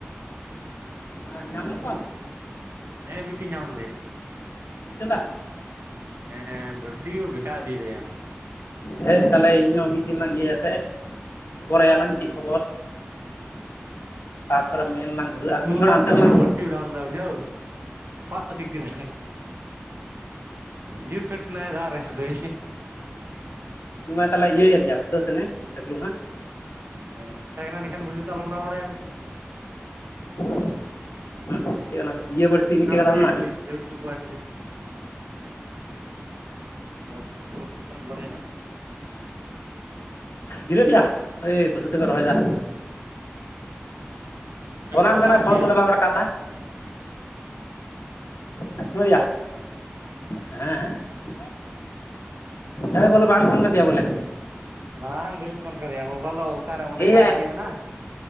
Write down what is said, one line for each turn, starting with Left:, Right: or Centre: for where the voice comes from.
Left: ᱟ ᱧᱟᱢ ᱞᱮ ᱠᱚᱣᱟᱢ
Right: ᱦᱮᱸ ᱢᱤᱜᱴᱮᱡ ᱧᱟᱢ ᱞᱮᱫᱮᱭᱟ
Left: ᱪᱚᱸᱫᱟ
Right: ᱦᱮᱸ ᱵᱟᱲᱥᱤ ᱦᱚ ᱵᱮᱠᱟᱣ ᱤᱫᱤ ᱫᱟᱭᱟ
Left: ᱦᱮᱸ ᱛᱟᱦᱚᱞᱮ ᱤᱧᱦᱚᱸ ᱢᱤᱫ ᱫᱤᱱ ᱞᱟᱝ ᱤᱭᱟᱹᱭᱟ ᱥᱮ ᱠᱷᱚᱵᱚᱨ ᱟᱭᱟ ᱞᱟᱝ ᱪᱮᱜ ᱠᱷᱚᱵᱚᱨ ᱛᱟᱨᱯᱚᱨᱮ ᱢᱮᱱ ᱞᱟᱝ ᱫᱷᱩᱨᱟᱹᱜᱼᱟ
Right: ᱴᱟᱠᱞᱩ
Left: ᱢᱤᱫ ᱦᱚᱲ ᱦᱟᱱᱛᱮ
Right: ᱴᱟᱠᱞᱩ
Left: ᱨᱮᱞᱟᱝ
Right: ᱵᱟᱲᱥᱤ ᱳᱰᱟᱣ ᱞᱮᱫᱟᱭ ᱵᱩᱡᱷᱟᱣ ᱛᱚᱯᱟᱜ ᱤᱫᱤ ᱠᱮᱫᱟᱭ ᱦᱮ ᱜᱤᱛ ᱯᱷᱮᱵ ᱱᱟᱭᱫᱟ ᱨᱮ ᱥᱩᱫᱷᱟᱣ
Left: ᱢᱟ ᱛᱟᱦᱞᱮ ᱤᱭᱟᱹᱭᱮᱱᱭᱟ ᱦᱩᱴᱟᱹᱥᱮᱱᱮ ᱴᱟᱠᱞᱩ ᱢᱟ
Right: ᱦᱮᱸ ᱢᱮᱛᱟᱭ ᱠᱟᱱᱟ ᱱᱮᱝᱠᱷᱟᱱ ᱵᱟᱹᱲᱥᱤ ᱫᱚ ᱟᱞᱚᱢ ᱳᱰᱟᱣ ᱵᱟᱲᱟᱭᱟ
Left: <inaudible> ᱵᱟᱹᱲᱥᱤ ᱢᱤᱫ
Right: ᱠᱷᱟᱢ
Left: ᱴᱟᱠᱟ
Right: ᱠᱷᱟᱭ
Left: ᱫᱟᱢ ᱨᱮᱱᱟᱜ
Right: ᱠᱷᱟᱹᱞᱤ ᱫᱟᱹᱲ ᱦᱚᱪᱚ ᱠᱚᱣᱟᱭ ᱠᱷᱟᱹᱞᱤ <unintelligible> ᱵᱟᱲᱟᱭ ᱧᱟᱢᱟ
Left: ᱡᱤᱨᱟᱹᱜ ᱢᱮᱭᱟ ᱦᱳᱭ ᱵᱟᱥᱩ ᱛᱟᱠᱚ ᱨᱚᱦᱚᱭ ᱫᱟ ᱯᱷᱳᱱᱟᱢ
Right: ᱴᱳᱴᱳ
Left: ᱠᱟᱱᱟ
Right: ᱵᱟᱢ ᱤᱫᱤᱭᱟ
Left: ᱯᱷᱳᱱ ᱵᱚᱞᱮ ᱵᱟᱢ ᱨᱟᱠᱟᱵ ᱮᱫᱟ ᱦᱟᱯᱚᱭ ᱭᱟ ᱦᱮᱸ
Right: <inaudible>
Left: ᱦᱮᱸ ᱦᱮᱭ ᱵᱚᱞᱮ ᱵᱟᱢ ᱯᱷᱳᱱ ᱠᱚᱫᱤᱭᱟ ᱵᱚᱞᱮ
Right: ᱵᱟᱝ ᱵᱟᱹᱧ ᱯᱷᱳᱱ ᱠᱟᱫᱮᱭᱟ ᱢᱳᱵᱟᱭᱤᱞ ᱫᱚ ᱚᱟᱠ ᱨᱮ ᱚᱸᱰᱮ
Left: ᱮᱭ
Right: ᱜᱮ ᱟᱡ ᱴᱷᱮᱜ ᱜᱮ ᱢᱮᱱᱟᱜᱼᱟ